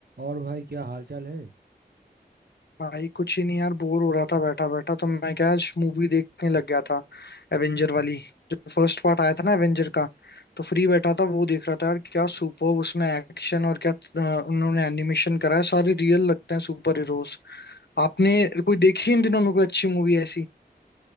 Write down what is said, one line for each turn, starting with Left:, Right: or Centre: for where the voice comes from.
Right: और भाई क्या हालचाल है
Left: भाई कुछ ही नहीं यार बोर हो रहा था बैठा बैठा तो मैं क्या आज मूवी देखने लग गया था एवेंजर वाली जो फर्स्ट पार्ट आया था ना एवेंजर का तो फ्री बैठा था वो देख रहा था यार क्या सुपर उसमें एक्शन और क्या अ, उन्होंने एनिमेशन करा है सारे रियल लगते हैं सुपर हीरोज आपने कोई देखी इन दिनों में कोई अच्छी मूवी ऐसी